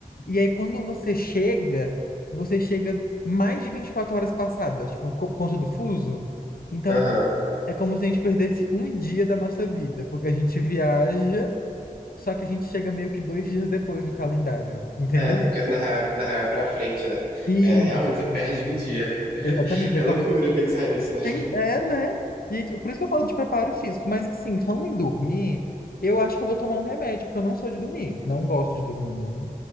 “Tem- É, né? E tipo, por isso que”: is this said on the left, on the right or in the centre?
Left